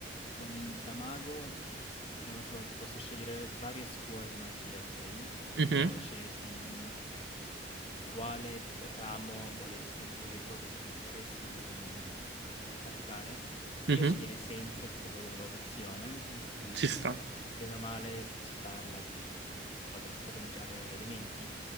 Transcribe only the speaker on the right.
Mhm,
mhm,
ci sta.